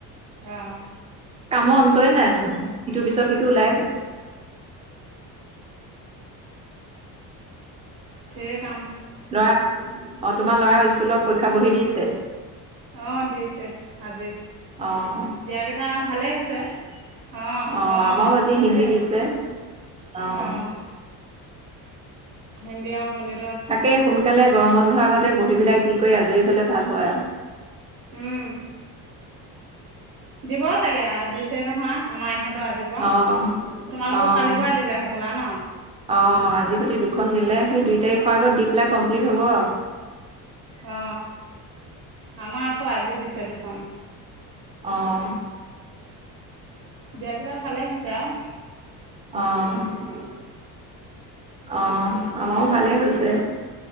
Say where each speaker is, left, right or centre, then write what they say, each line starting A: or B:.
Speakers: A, on the right; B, on the right.
A: অহ
B: কামৰ অন্তই নাইচোন সিটোৰ পিছত সিটো ওলাইে থাকে <inaudible>
A: সেই কাম
B: লৰা অ তোমাৰ লৰা স্কুলত পৰীক্ষা বহি দিছে
A: অ দিছে আজি
B: অ',
A: দিয়াকেইটা ভালেই হৈছে অঁ
B: অহ
A: অঁ
B: আমাৰও আজি
A: ভালেই
B: হিন্দী দিছে
A: অঁ
B: অহ
A: হিন্দী আৰু গণিত
B: তাকেই সোনকালে গৰম বন্ধৰ আগতে বঢ়ীবিলাক দি কৰি আজৰি হলে ভাল হয় আৰু
A: উম দিব চাগে দিছে নহয় আমাৰ ইহঁত আজি পৰা
B: অ'
A: তোমালোকক
B: অ'
A: কালিৰ পৰাই দিলে স'বলা ন
B: অ আজি সৈতে দুখন দিলে সেই দুই তাৰিখৰ আগত দি পেলাই কমপ্লিট হ'ব আওঁ
A: অ আমাৰ আকৌ আজি দিছে দুখন
B: অ <inaudible>
A: দিয়া কেইটা ভালে হৈছে আওঁ
B: অহ অহ আমাৰও ভালেই হৈছে